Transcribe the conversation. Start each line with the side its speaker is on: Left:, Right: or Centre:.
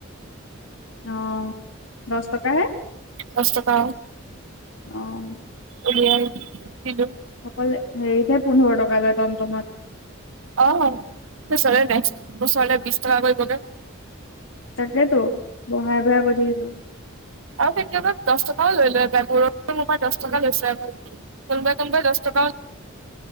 Left: অ দহ টকাহে
Right: দচ টকা-
Left: অঁ'
Right: উলিয়াই কিলো-
Left: অকল হেৰিতে পোন্ধৰ টকা লয় টমটমত।
Right: অঁ সেই চলে নাই ওচৰলে বিশ টকা কৰিবগে।
Left: তাকেতো বহাই বহায় কৰি থাকিব।
Right: আৰু কেতিয়াবা দশ টকাও লৈ লৈ পাই পূৰবে মো পা দশ টকা লৈছে অকল। কোনবাই কোনোবাই দশ টকাও-